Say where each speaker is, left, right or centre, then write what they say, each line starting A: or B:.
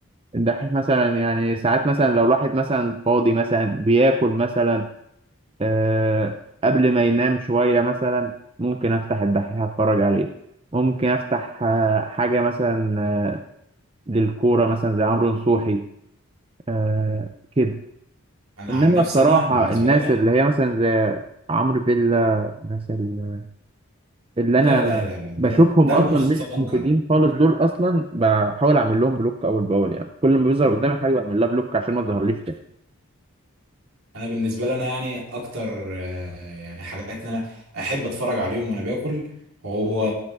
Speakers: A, on the right (about 25°); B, on the right (about 70°).
A: الدحيح مثلا يعني ساعات مثلا لو الواحد مثلا فاضي مثلا بياكل مثلا آه قبل ما ينام شوية مثلا ممكن أفتح الدحيح أتفرج عليه ممكن أفتح آه حاجة مثلا آه للكورة مثلا زي عمرو نصوحي آه كده
B: انا
A: إنما
B: عن نفسي
A: بصراحة
B: انا بالنسبه
A: الناس
B: لي انا
A: اللي هي مثلا زي عمرو بيلا مثلا اللي
B: لا
A: انا
B: لا لا لا
A: بشوفهم
B: ده ده المستنقع
A: اصلا مش مفيدين
B: ده
A: خالص دول اصلا بحاول اعمل لهم بلوك اول باول يعني كل ما بيظهر قدامي حاجه بعمل لها بلوك عشان ما تظهرليش تاني
B: انا بالنسبه لي انا يعني اكتر آه، يعني حاجات ان انا احب اتفرج عليهم وانا باكل هو